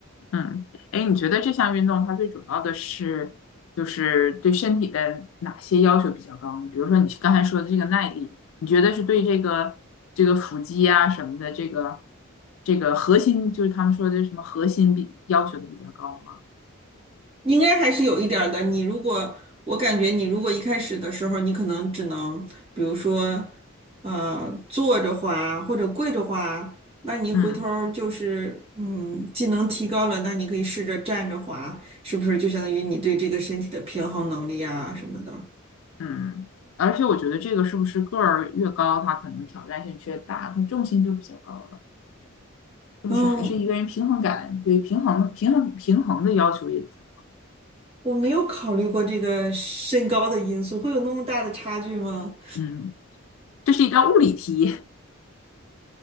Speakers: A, on the left; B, on the right.
A: 嗯，哎，你觉得这项运动它最主要的是，就是对身体的哪些要求比较高呢比如说你刚才说的这个耐力，你觉得是对这个这个腹肌啊什么的，这个这个核心，就是他们说的什么核心比要求的比较高吗？
B: 应该还是有一点儿的。你如果，我感觉你如果一开始的时候，你可能只能，比如说，呃，坐着滑或者跪着滑，那你回头儿就是，
A: 嗯
B: 嗯，技能提高了，那你可以试着站着滑，是不是就相当于你对这个身体的平衡能力啊什么的？
A: 嗯，而且我觉得这个是不是个儿越高，它可能挑战性越大，它重心就比较高了，是不是？
B: 嗯，
A: 还是一个人平衡感，对平衡平衡平衡的要求也比较，
B: 我没有考虑过这个身高的因素，会有那么大的差距吗？
A: 嗯，这是一道物理题，